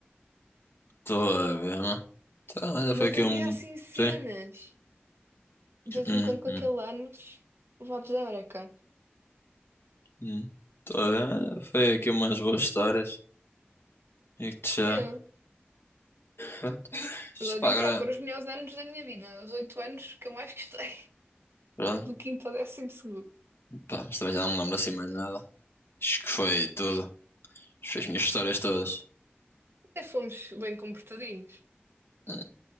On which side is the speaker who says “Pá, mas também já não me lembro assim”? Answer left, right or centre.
Left